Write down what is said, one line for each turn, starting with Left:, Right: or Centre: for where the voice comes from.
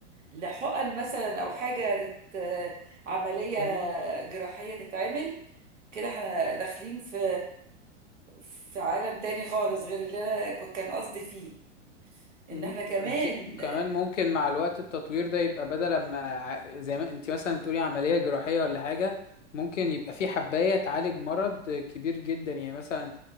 Right: لحقن مثلا او حاجة تت... عملية
Left: <laughs>
Right: جراحية تتعمل كده احنا داخلين في في عالم تاني خالص غير اللي انا ك- كان قصدي فيه ان
Left: مم.
Right: احنا كمان
Left: وانت كمان ممكن مع الوقت التطوير ده يبقى بدل ما ع- زي ما انت مثلا بتقولي عملية جراحية ولا حاجة ممكن يبقى في حباية تعالج مرض كبير جدا يعني مثلا